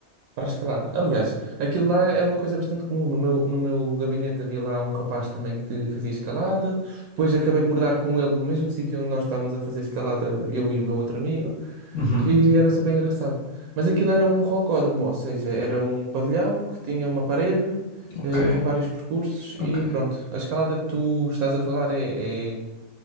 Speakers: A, on the right; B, on the left.
A: para a escalada. Aliás, aquilo lá é uma coisa bastante comum. No meu, no meu gabinete havia lá um rapaz também que te- fazia escalada. Depois acabei por dar com ele no mesmo sítio onde nós estávamos a fazer escalada, eu e o meu outro amigo.
B: Uhum,
A: E era super engraçado. Mas aquilo era um rocódromo, ou seja, era um pavilhão que tinha uma parede
B: ok,
A: eh, com vários percursos
B: ok.
A: e pronto. A escalada que tu estás a falar é, é,